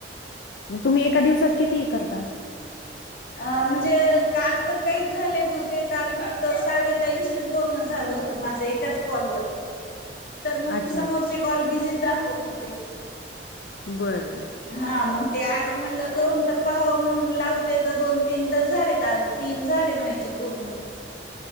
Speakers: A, on the left (about 75°); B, on the left (about 55°).
A: तुम्ही एका दिवसात किती करता
B: अ म्हणजे काल तर काहीच झाले नव्हते काल फक्त साडवताऐंशीच बोलणं झालं मा एका कॉल मग
A: अच्छा
B: समोरचे
A: अच्छा
B: कॉल बजी दाखवत होते
A: बर बर
B: हा मग ते आज म्हणलं करून तर पहां म्हणून लावते तर दोन तीन तर झाले आज तीन झाले म्हणायचे पूर्ण